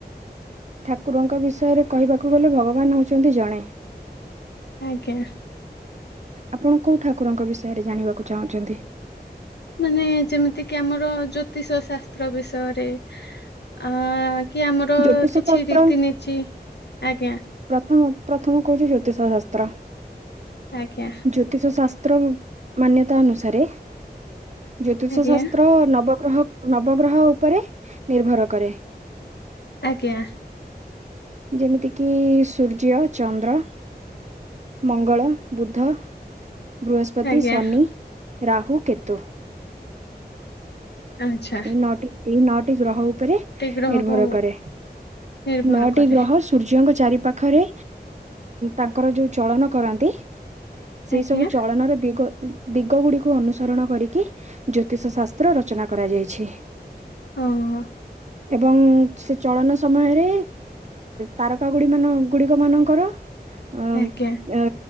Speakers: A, on the right; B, on the left.
A: ଠାକୁରଙ୍କ ବିଷୟରେ କହିବାକୁ ଗଲେ ଭଗବାନ ହେଉଛନ୍ତି ଜଣେ।
B: ଆଜ୍ଞା।
A: ଆପଣ କୋଉ ଠାକୁରଙ୍କ ବିଷୟରେ ଜାଣିବାକୁ ଚାହୁଁଛନ୍ତି।
B: ମାନେ ଯେମିତିକି ଆମର ଜ୍ୟୋତିଷ ଶାସ୍ତ୍ର ବିଷୟରେ ଆ କି ଆମର
A: ଜ୍ୟୋତିଷ
B: କିଛି
A: ଶାସ୍ତ୍ର
B: ରୀତି ନେତୀ ଆଜ୍ଞା।
A: ପ୍ରଥମ ପ୍ରଥମ କହୁଛି ଜ୍ୟୋତିଷ ଶାସ୍ତ୍ର।
B: ଆଜ୍ଞା।
A: ଜ୍ୟୋତିଷ ଶାସ୍ତ୍ର ମାନ୍ୟତା ଅନୁସାରେ ଜ୍ୟୋତିଷ
B: ଆଜ୍ଞା
A: ଶାସ୍ତ୍ର ନବ ଗ୍ରହ ନବଗ୍ରହ ଉପରେ ନିର୍ଭର କରେ।
B: ଆଜ୍ଞା।
A: ଯେମିତି କିି ସୂର୍ଯ୍ୟ ଚନ୍ଦ୍ର ମଙ୍ଗଳ ବୁଦ୍ଧ ବୃହସ୍ପତି
B: ଆଜ୍ଞା
A: ଶନି ରାହୁ କେତୁ।
B: ଆଛା।
A: ଏଇ ନଅଟି ଏଇ ନଅଟି ଗ୍ରହ ଉପରେ
B: ଗ୍ରହକୁ
A: ନିର୍ଭର କରେ
B: ନିର୍ଭର
A: ନଅ
B: କରେ
A: ସୂର୍ଯ୍ୟଙ୍କ ଚାରି ପାଖରେ ତାଙ୍କର ଯୋଉ ଚଳନ କରନ୍ତି ସେଇ
B: ଆଜ୍ଞା
A: ସବୁ ଚଳନ ର ଦିଗ ଦିଗ ଗୁଡିକୁ ଅନୁସରଣ କରିକି ଜ୍ୟୋତିଷ ଶାସ୍ତ୍ର ରଚନା କରାଯାଇଛି।
B: ହଁ ହଁ।
A: ଏବଂ ସେ ଚଳନ ସମୟରେ ତାରକା ଗୁଡି ମାନ ଗୁଡିକ ମାନଙ୍କର ଅ
B: ଆଜ୍ଞା
A: ଆ